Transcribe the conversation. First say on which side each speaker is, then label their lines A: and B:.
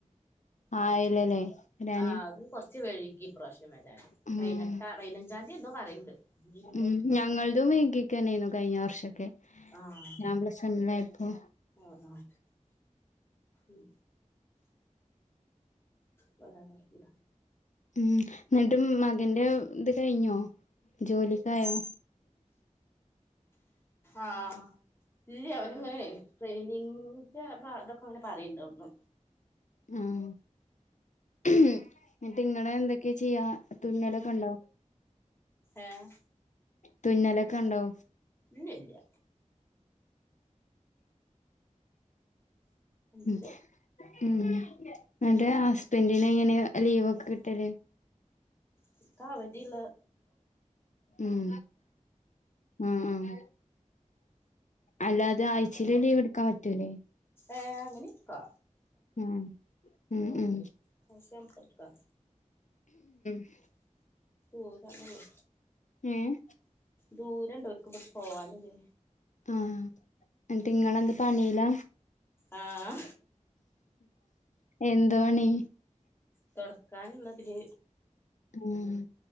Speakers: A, on the left; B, on the left.
A: ഉം
B: ആയില്ലല്ലേ വരാന്
A: ആഹ് അത് കൊറച്ച്. ഇച്ച് വൈകി ഇപ്രാവശ്യം വരാൻ
B: ഉം
A: പൈയിനെട്ടോ പൈയിനഞ്ച് തീയതി എന്തോ പറയണ്ട്. അന്നേരുണ്ടാവും
B: ഉം ഞങ്ങൾതും വൈകിക്കെന്നേനു കഴിഞ്ഞ വർഷയൊക്കെ,
A: ആഹ്
B: ഞാൻ പ്ലസ് വണ്ണിൽ ആയിപ്പോ.
A: ആഹ് ആഹ് ഉം പറയാൻ പറ്റും.
B: ഉം എന്നിട്ടും മകന്റെ ഇത് കഴിഞ്ഞോ, ജോലിക്കായോ?
A: ആഹ് ഇല്ല അവൻ ഇങ്ങനെ ട്രെയിനിങ്ങന്റെ അതൊക്കെ അങ്ങനെ പറയണ്ടോന്ന്
B: ആഹ് എന്നിട്ട് ഇങ്ങളെ എന്തൊക്കെ ചെയ്യാ തുന്നലൊക്കെ ഉണ്ടോ
A: ഏഹ്
B: തുന്നലൊക്കെ ഉണ്ടോ?
A: ഇല്യ ഇല്യ
B: ഉം
A: ഇല്ല
B: ഉം അന്റെ ഹസ്ബന്റിന് എങ്ങനെ ലീവ് ഒക്കെ കിട്ടൽ
A: <unintelligible> വധിയുള്ള
B: ഉം ആഹ് ആഹ് അല്ലാതെ ആഴ്ചൽ ലീവ് എടുക്കാൻ പറ്റൂല്ലേ
A: ഏഹ് അങ്ങനി ഇക്കാ
B: ഉം ഉം ഉം
A: പക്ഷെ നമുക്ക് എടുക്കാം
B: <inaudible>
A: ഓ തല്ലല്ലോ
B: ഏഹ്
A: ദൂരണ്ട ഓൽക്കുമ്പോ പോവാനേ
B: ആഹ് എന്നിട്ട് ഇങ്ങളെന്ത് പണില
A: ആഹ്
B: എന്ത് പണി
A: തൊടക്കാൻള്ളതിൽ
B: ഉം